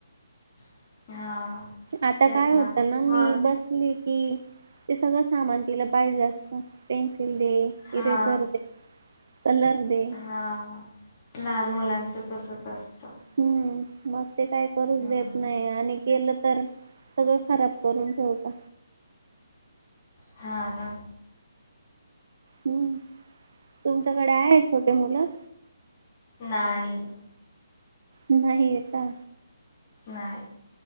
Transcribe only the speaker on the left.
हा
तेच
मग
हा
हा लहान मुलांच तसच असतं.
हम्म
हा ना
नाही.
नाय.